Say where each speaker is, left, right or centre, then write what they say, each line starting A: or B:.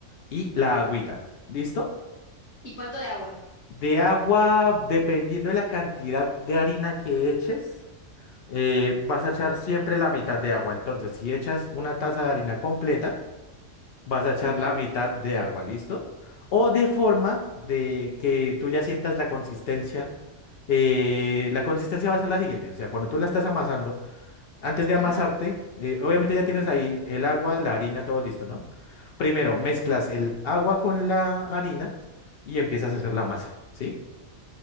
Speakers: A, on the left (about 60°); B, on the left (about 35°).
A: y la agüita. ¿Listo?
B: ¿Y cuánto de agua?
A: De agua, dependiendo de la cantidad de harina que eches, eh, vas a echar siempre la mitad de agua. Entonces, si echas una taza de harina completa, vas a echar
B: Ujú,
A: la mitad de agua, ¿listo? O de forma de que tú ya sientas la consistencia. eh, la consistencia va a ser la siguiente, o sea, cuando tú la estás amasando, antes de amasarte,
B: ajá.
A: eh, obviamente ya tienes ahí el agua, la harina, todo listo, ¿no? Primero mezclas el agua con la harina y empiezas a hacer la masa, ¿sí?